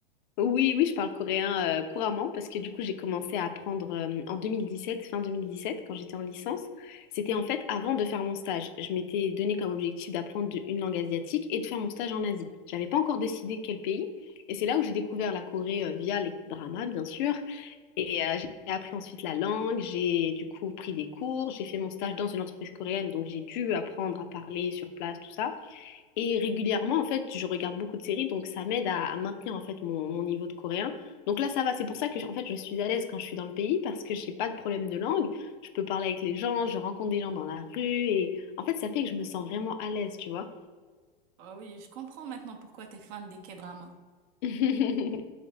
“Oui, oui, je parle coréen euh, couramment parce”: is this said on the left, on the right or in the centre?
Left